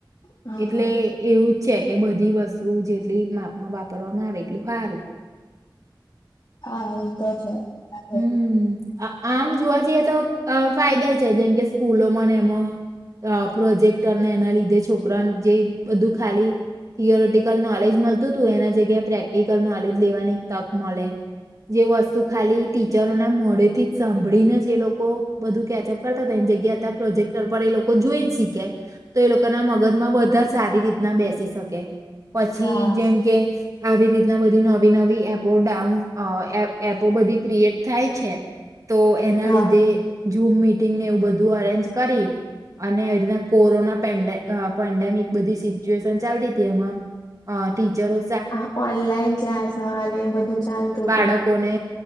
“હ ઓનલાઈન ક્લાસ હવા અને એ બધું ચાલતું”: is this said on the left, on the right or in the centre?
Left